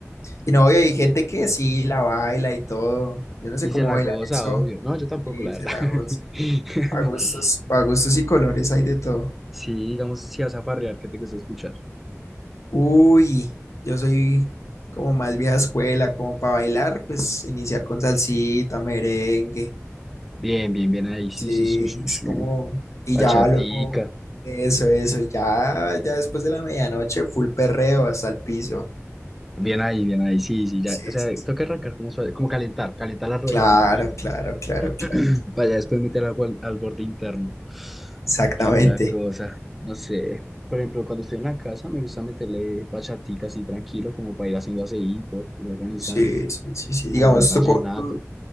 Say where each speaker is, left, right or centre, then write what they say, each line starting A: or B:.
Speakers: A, on the left (about 70°); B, in the centre.
A: Y no, y hay gente que sí la baila y todo. Yo no sé
B: y
A: cómo
B: se la
A: bailan
B: goza,
A: eso.
B: obvio, no, yo tampoco,
A: Y
B: la
A: se
B: verdad.
A: la goza.
B: <laughs>
A: A gustos, a gustos y colores hay de todo.
B: Sí, digamos, si vas a farrear, ¿qué te gusta escuchar?
A: Uy, yo soy como más vieja escuela, como para bailar, pues iniciar con salsita, merengue.
B: Bien, bien, bien ahí, sí,
A: Sí,
B: sí, sí, sí,
A: es
B: sí.
A: como. Y
B: Bachatica.
A: ya luego. Eso, eso. y Ya, ya después de la medianoche, full perreo hasta el piso.
B: Bien ahí, bien ahí, sí, sí, ya.
A: Sí,
B: O sea,
A: sí, sí.
B: toca arrancar como suave, como calentar, calentar las rodillas
A: Claro,
B: un poquito.
A: claro, claro,
B: <clears throat>
A: claro.
B: Para ya después meter al, bol- al borde interno.
A: Exactamente.
B: ¿Qué otra cosa? No sé. Por ejemplo, cuando estoy en la casa me gusta meterle bachatica así tranquilo, como para ir haciendo aseíto, ir organizando.
A: Sí, sí, sí, sí. Digamos,
B: Algún vallenato.
A: ¿tú, cu- tú,